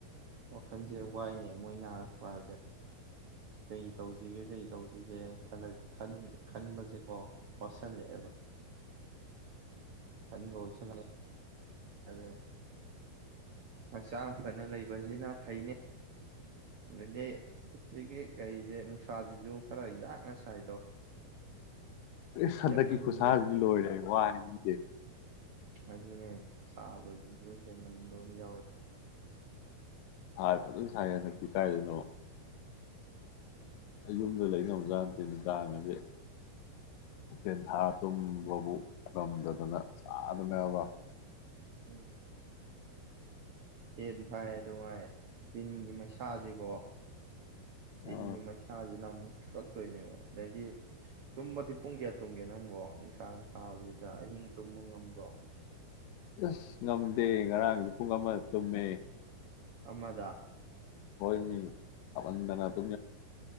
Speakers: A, on the right; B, on the left.
A: ꯋꯥꯈꯜꯁꯦ ꯋꯥꯏꯅꯦ ꯃꯣꯏꯅꯔ ꯐꯖꯦ ꯀꯩ ꯁꯤꯒꯦ ꯀꯩ ꯇꯧꯁꯤꯒꯦꯅ ꯈꯜꯂꯒꯦ ꯈꯟꯕꯁꯦꯀꯣ ꯄꯁ ꯁꯟꯗꯦꯕ ꯀꯅꯤ ꯀꯣꯜꯁ ꯑꯗꯦ ꯍꯛꯆꯥꯡ ꯐꯅ ꯂꯩꯕꯁꯤꯅ ꯐꯩꯅꯤ ꯑꯗꯨꯗꯒꯤ ꯍꯧꯖꯤꯛꯀꯤ ꯀꯩꯁꯦ ꯅꯨꯡꯁꯥꯁꯤꯁꯨ ꯈꯔ ꯌꯥꯡꯅ ꯁꯥꯏꯗꯣ
B: ꯑꯩ ꯁꯗꯛꯀꯤ
A: ꯌꯥꯛꯃꯟꯒꯦꯗ
B: ꯈꯨꯨꯁꯍꯥꯁꯒꯤ ꯂ ꯍꯥꯏ ꯋꯥꯗꯦ
A: ꯑꯗꯨꯅꯦ ꯁꯥꯕꯗꯨꯁꯨ ꯍꯦꯟꯃꯟꯕ ꯑꯃ ꯌꯥꯎꯋꯤ
B: ꯁꯥꯔ ꯐꯖꯅ ꯁꯥꯏꯉꯦ ꯍꯟꯗꯛꯇꯤ ꯀꯥꯏꯗꯣꯏꯅꯣ ꯑꯩ ꯌꯨꯝꯗ ꯂꯩꯅꯕꯖꯥꯠꯠꯇꯦ ꯅꯨꯡꯗꯥꯡꯉꯗꯤ ꯎꯐꯦꯟ ꯊꯥ ꯇꯨꯝꯕꯕꯨ ꯉꯝꯗꯗꯅ ꯆꯥꯗꯅꯕ
A: ꯎꯝ ꯍꯦꯟ ꯊꯥꯏ ꯅꯨꯡꯉꯥꯏ ꯒꯤ ꯃꯩꯁꯁꯤꯦꯀꯣ ꯁꯤꯟꯅꯤ
B: ꯑ
A: ꯃꯥꯏ ꯁꯖꯤ ꯅ ꯑꯃꯨ ꯐꯨꯔꯛꯇꯣꯏꯅꯦꯕ ꯑꯗꯩꯗꯤ ꯇꯨꯝꯃꯗꯤ ꯄꯨꯡ ꯀꯌꯥ ꯇꯨꯝꯒꯦ ꯅꯪꯨꯀꯣ ꯅꯨꯡꯁꯥ ꯁꯥꯕꯁꯤꯗ ꯑꯍꯤꯡ ꯇꯨꯝꯕ ꯉꯝꯕ꯭ꯔꯣ
B: ꯑꯁ ꯉꯝꯗꯦ ꯉꯔꯥꯡ ꯄꯨꯡ ꯑꯃ ꯇꯨꯝꯃꯦ
A: ꯑꯃꯗ
B: ꯍꯣꯏꯅꯤ ꯑꯗꯅ ꯇ